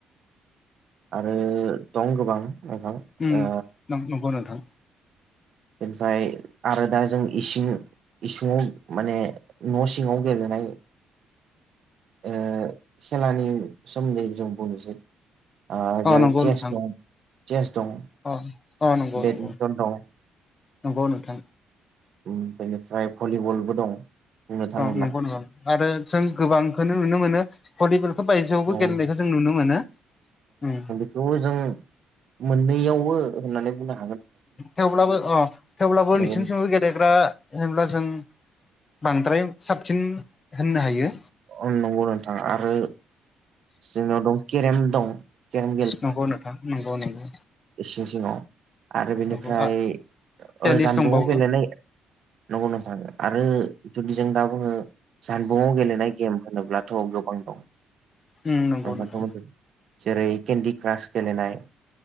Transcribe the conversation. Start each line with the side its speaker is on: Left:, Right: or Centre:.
Right: आरो दं गोबां नोंथां
Left: उम
Right: ओ
Left: नंग नंगौ नोंथां।
Right: ओमफ्राय आरो दा जों इसिं इसुङांव माने न' सिंङाव गेलेनाय ओ खेलानि सोमोन्दै जों बुंनोसै आ
Left: अ
Right: जेरै
Left: नंगौ
Right: चेस
Left: नोंथां
Right: दं चेस दं।
Left: अ अ नंगौ
Right: बेटमिन्टन
Left: नंगौ
Right: दं।
Left: नंगौ नोंथां
Right: उम बेनिफ्राय भलिबलबो दं। बुंनो थाङोब्ला
Left: दं नंगौ नोंथां आरो जों गोबांखौनो नुनो मोनो भलिबलखौ बायजोआवबो
Right: न'आव
Left: गेलेनायखौ जों नुनो मोनो। उम
Right: बेखौ जों मोननैयावबो होननानै बुंनांग
Left: थेवब्लाबो अ थेवब्लाबो
Right: नंगौ
Left: नोंसिरनिथिमबो गेलेग्रा होनब्ला जों बांद्राय साबसिन होननो हायो।
Right: औ नंगौ नोंथां आरो जोंनियाव दं केरेम दं। केरेम
Left: नंगौ नोंथां नंगौ नंगौ।
Right: एसे सिंङाव आरो बेनिफ्राय
Left: नंगौ आ टेनिस
Right: ओ जानबुंआव
Left: दंबावो
Right: गेलेनाय नंगौ नोंथां आरो जुदि जों दा बुंङो जानबुंआव गेलेनाय गेम होनोब्लाथ' गोबां दं।
Left: उम नंगौ
Right: <unintelligible>
Left: नोंथां
Right: जेरै केन्दि क्रास गेलेनाय